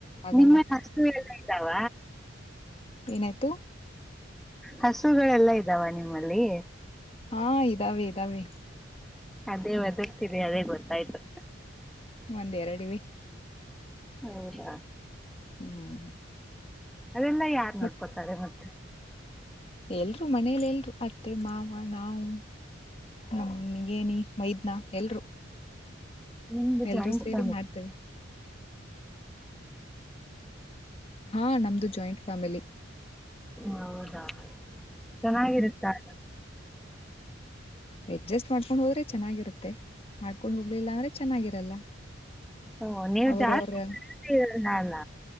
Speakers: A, on the left; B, in the centre.
A: ಆಗಲ್ಲ
B: ನಿಮ್ಮ ಕಸು ಎಲ್ಲ ಇದ್ದಾವ
A: ಏನಾಯ್ತು
B: ಹಸುಗಳೆಲ್ಲ ಇದ್ದಾವ ನಿಮ್ಮಲ್ಲಿ
A: ಹಾ ಇದಾವೇ ಇದಾವೇ
B: ಅದೇ ಒದ್ತರಿ ಅದೇ ಗೊತ್ತಾಯ್ತು
A: ಒಂದ್ರಡುವ
B: ಹೌದಾ
A: ಹ್ಮ್
B: ಅದೆಲ್ಲ ಯಾರ್
A: ಮತ್
B: ನೋಡ್ಕೊತಾರೆ ಮತ್ತೆ
A: ಎಲ್ರು ಮನೇಲಿ ಎಲ್ರು ಅತ್ತೆ ಮಾವ ನಾವು ನಮ ನಿಗೇನಿ ಮೈದ್ನಾ ಎಲ್ರು
B: ನಿಮ್ದು
A: ಎಲ್ರೂ
B: ಜಾಯಿಂಟ್
A: ಸೇರಿ
B: ಫ್ಯಾಮಿಲಿ
A: ಮಾಡ್ತೇವೆ ಹಾ ನಮ್ದು ಜಾಯಿಂಟ್ ಫ್ಯಾಮಿಲಿ
B: ಹೌದಾ ಚೆನ್ನಾಗಿರುತ್ತಾ
A: ಎಡ್ಜಸ್ಟ್ ಮಾಡ್ಕೊಂಡ್ ಹೋದ್ರೆ ಚೆನ್ನಾಗಿರುತ್ತೆ ಮಾಡ್ಕೊಂಡ್ ಹೋಗ್ಲಿಲ್ಲ ಅಂದ್ರೆ ಚೆನ್ನಾಗಿರಲ್ಲ
B: ಓ ನೀವು
A: ಅವರವರ
B: ಜಾಸ್ತಿ ಕಡೆಯಲ್ಲಿ ಇರಲ್ಲ ಅಲ್ಲ